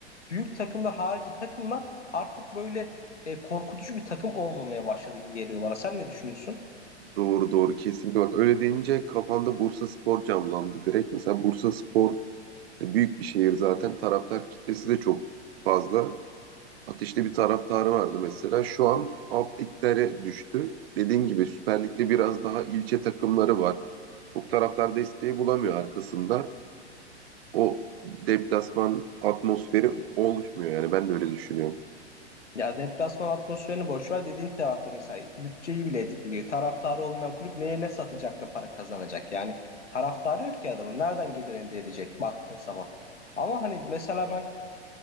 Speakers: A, on the left; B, on the right.
A: büyük takımlar harici takımlar artık böyle e, korkutucu bir takım olmamaya başladı gibi geliyor bana. Sen ne düşünüyorsun?
B: Doğru doğru kesinlikle. Bak öyle deyince kafamda Bursaspor canlandı direkt. Mesela Bursaspor büyük bir şehir zaten. Taraftar kitlesi de çok fazla. Ateşli bir taraftarı vardı mesela. Şu an alt liglere düştü. Dediğin gibi Süper Lig'de biraz daha ilçe takımları var. Çok taraftar desteği bulamıyor arkasında. o deplasman atmosferi oluşmuyor yani ben de öyle düşünüyorum.
A: Ya deplasman atmosferini boş ver dediğin tarafta mesela bütçeyi bile etkiliyor. Taraftarı olmayan kulüp neye ne satacak da para kazanacak? Yani taraftarı yok ki adamın. Nereden gelir elde edecek baktığın zaman? Ama hani mesela ben